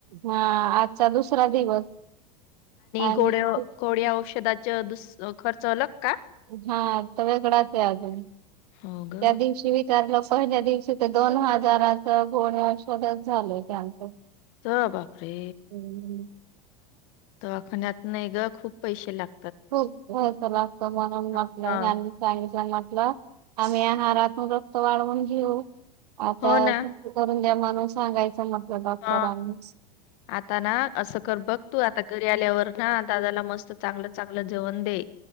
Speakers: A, on the right; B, on the left.
A: हा आजचा दुसरा दिवस. आणि
B: गोड्या
A: <inaudible>
B: गोड्या औषधाच दुस खर्च अलग का
A: हा. सगळीकडं असंय अजून,
B: हो ग
A: त्या दिवशी बी विचारलं पहिल्या दिवशी ते दोन हजाराच <unintelligible> झाल त्याच.
B: तर बापरे!
A: हम्म,
B: दवाखान्यात नाही गं खूप पैसे लाग
A: खूप खर्च लागतो म्हणून
B: हा
A: म्हटलं ह्यांनी सांगितलं अण म्हटलं आम्ही आहारातून रक्त वाढवून घेऊ आता
B: हो ना
A: करून द्या म्हणून सांगायचं म्हटलं डॉक्टरांनी.
B: हा आता ना असं कर बघ तू आता घरी आल्यावर ना, दादाला मस्त चांगल चांगल जेवण दे.